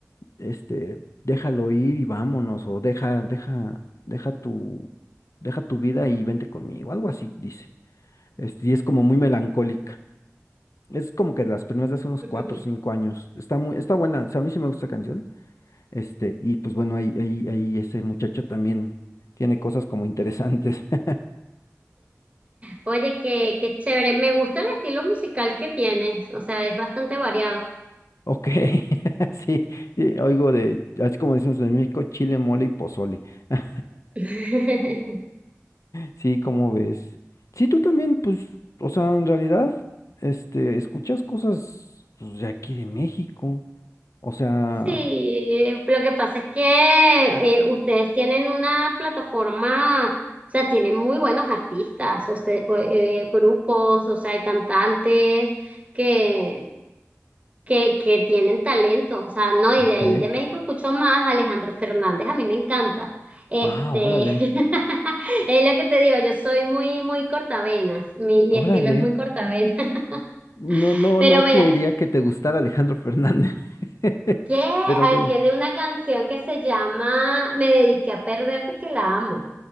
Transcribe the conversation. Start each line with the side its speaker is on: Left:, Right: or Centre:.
Left: este, déjalo ir y vámonos, o deja, deja, deja tu, deja tu vida y vente conmigo, algo así dice. Este, y es como muy melancólica. Es como que de las primeras de hace unos
Right: <laughs>
Left: 4 o 5 años. Está muy, está buena. O sea, a mí sí me gusta esa canción. Este, y pues bueno, ahí, ahí, ahí ese muchacho también tiene cosas como interesantes. <laughs>
Right: Oye, qué, qué chévere. Me gusta el estilo musical que tienes, o sea, es bastante variado.
Left: Ok, <laughs> sí, sí, oigo de, así como decimos en México, chile, mole y pozole. <laughs>
Right: <laughs>
Left: Sí, cómo ves? Sí, tú también, pues, o sea, en realidad, este, escuchas cosas pues, de aquí de México. O sea,
Right: Sí, lo que pasa es que eh, ustedes tienen una plataforma, o sea, tienen muy buenos artistas, usted- o, eh, grupos, o sea, hay cantantes que, que, que tienen talento, o sea, no, y
Left: ok.
Right: de ahí de México escucho más a Alejandro Fernández, a mí me encanta. Este,
Left: Ah, órale,
Right: <laughs> es lo que te digo, yo soy muy, muy cortavenas, mi, mi
Left: órale.
Right: estilo es muy cortavenas.
Left: No,
Right: <laughs>
Left: no,
Right: Pero
Left: no
Right: bueno,
Left: creería que te gustara Alejandro Fernández. <laughs>
Right: ¿Qué? Ah,
Left: Pero digo,
Right: Él tiene una canción que se llama Me dediqué a perderte, que la amo.